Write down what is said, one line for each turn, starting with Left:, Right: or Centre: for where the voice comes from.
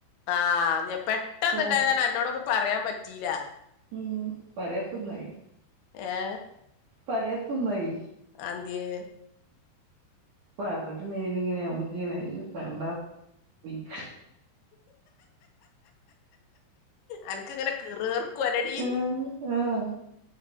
Left: ആഹ് ഞാൻ പെട്ടന്നുണ്ടായതാണ്
Right: ഓഹ്
Left: അന്നോടൊന്നും പറയാൻ പറ്റീല്ല
Right: ഉം പറയാത്തെ നന്നായി
Left: ഏ
Right: പറയാത്തെ നന്നായി
Left: ആഹ് ന്തിയേ
Right: പറഞ്ഞിട്ടണ്ടനി ഇങ്ങനെ നമ്മക്ക് ഇങ്ങനെ <unintelligible>
Left: അനക്ക് ഇങ്ങനെ കിറ് കിറുക്കും അല്ലെടീ
Right: ആഹ് ആഹ്